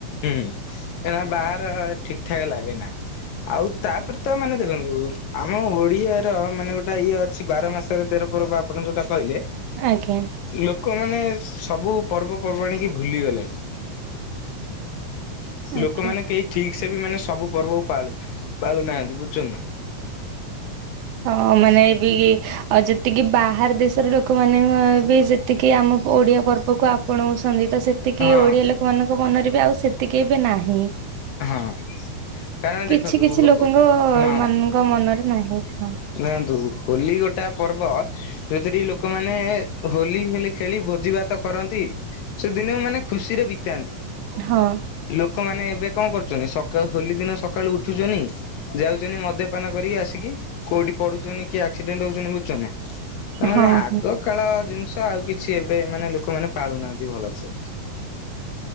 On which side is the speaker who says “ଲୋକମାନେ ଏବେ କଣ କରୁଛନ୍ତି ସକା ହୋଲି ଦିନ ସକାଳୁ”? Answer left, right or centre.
Left